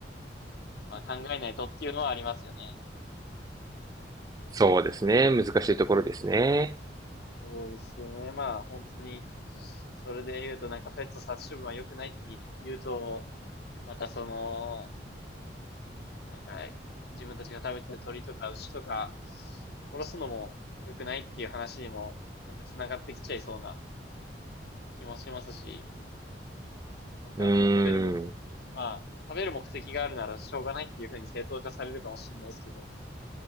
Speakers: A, on the left; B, on the right.
A: まあ考えないとっていうのはありますよね。
B: そうですね。難しいところですね。
A: そうですね。まあ本当に、それで言うとなんかペット殺処分は良くないって言うと、またその、なんか自分たちが食べてる鳥とか牛とか、殺すのも良くないっていう話にも、なんか繋がってきちゃいそうな気もしますし、なんか食べるも、
B: うーん。
A: まあ食べる目的があるならしょうがないっていう風に正当化されるかもしれないですけど、